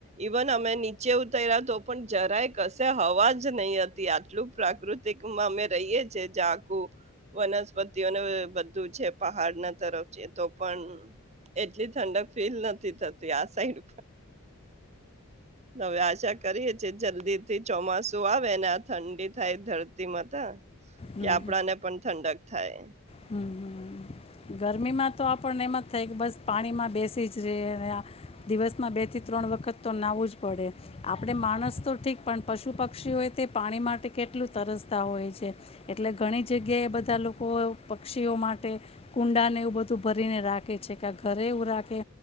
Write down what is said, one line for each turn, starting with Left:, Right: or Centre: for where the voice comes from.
Right: ઈવન અમે નિચે ઉતઈરા તો પણ જરાય કશે હવા જ નહી હતી આટલું પ્રાકૃતિકમાં અમે રહીએ છીએ જયાં આખું વનસ્પતિઓને અહ બધું છે, પહાડ ના તરફ છે તો પણ એટલી ઠંડક ફીલ નથી થતી આ સાઈડ. હવે આશા કરીએ કે જલ્દી થી ચોમાસું આવે ને આ ઠંડી થાય ધરતીમાતા
Left: હમ
Right: કે આપડાને પણ ઠંડક થાય.
Left: હમ હમ ગરમીમાં તો આપણને એમ જ થાય કે બસ પાણીમાં બેસી જ રે ને દિવસમાં બે થી ત્રણ વખત તો નાવું જ પડે. આપણે માણસ તો ઠીક પણ પશુ પક્ષીઓએ તે પાણી માટે કેટલું તરસતા હોય છે, એટલે ઘણી જગ્યાએ બધા લોકો પક્ષીઓ માટે કુંડાને એવું બધું ભરીને રાખે છે, કે ઘરે એવું રાખે